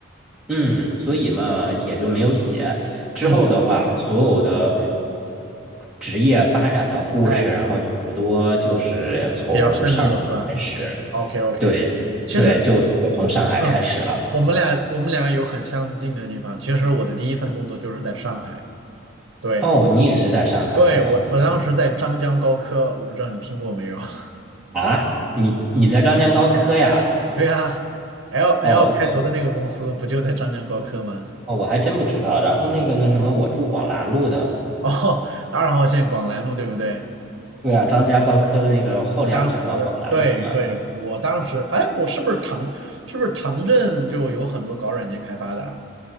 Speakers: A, in the centre; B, on the right.
A: 嗯，所以嘛，也就没有写。
B: 嗯
A: 之后的话，
B: 嗯，
A: 所有的职业发展的故事，
B: 哎，
A: 然后差不多就是从上海开始。
B: 比较顺利了是吧？OK OK，
A: 对，
B: 其实
A: 对，就就从上海开始了。
B: 嗯，我们俩我们俩有很相近的地方。其实我的第一份工作就是在上海，对。
A: 哦，你也是在上海，
B: 对，
A: 嗯
B: 我我当时在张江高科，我不知道你听过没有？<laughs>
A: 啊，你你在张江高科呀？
B: 对呀，L L
A: 哦，
B: 开头的那个公司不就在张江高科吗？
A: 那哦我还真不知道。然后那个那什么，我住广兰路的。
B: <laughs> 哦，二号线广兰路对不对？
A: 对啊，张江高科的那个后两站嘛，
B: 我当时，
A: 广兰路嘛。
B: 对对，我当时，哎，我是不是唐，是不是唐镇就有很多搞软件开发的啊？